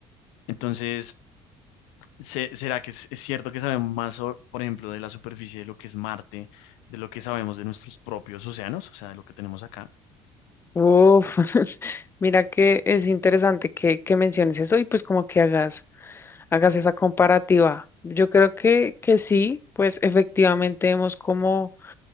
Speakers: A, on the left (about 80°); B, on the left (about 25°).
A: Entonces, se- ¿será que es, es cierto que sabemos más, o- por ejemplo, de la superficie de lo que es Marte, de lo que sabemos de nuestros propios océanos, o sea, de lo que tenemos acá?
B: Uf, <laughs> mira que es interesante que, que menciones eso y pues como que hagas, hagas esa comparativa. Yo creo que, que sí, pues efectivamente hemos como...